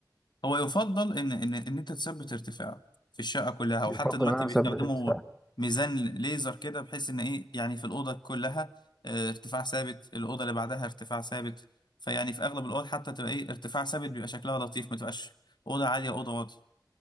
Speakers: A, on the left (about 75°); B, in the centre.
A: هو يفضل ان ان ان انت تثبت ارتفاع في الشقه كلها وحتى
B: يفضل
A: دلوقتي
B: ان انا
A: بيستخدموا
B: اثبت ارتفاع
A: ميزان ليزر كده بحيث ان ايه يعني في الاوضه كلها آه، ارتفاع ثابت الاوضه اللي بعدها ارتفاع ثابت فيعني في اغلب الاوض حتى تبقى ايه ارتفاع ثابت بيبقى شكلها لطيف ما تبقاش اوضه عاليه اوضه واطيه